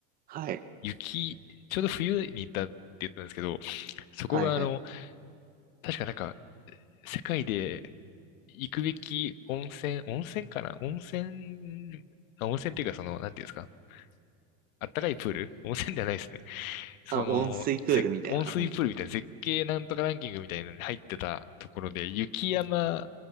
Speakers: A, on the right (about 20°); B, on the left (about 80°).
A: はい。
B: 雪、ちょうど冬に行ったって言ったんですけど、そこがあの、
A: はいはい。
B: 確かなんか、世界で行くべき温泉、温泉かな温泉、あ温泉っていうかその、なんていうんですかあったかいプール温泉ではないですね。その、
A: あ、温水プールみたいな。
B: 絶温水プールみたいな絶景なんとかランキングみたいなのに入ってたところで、
A: うん
B: 雪山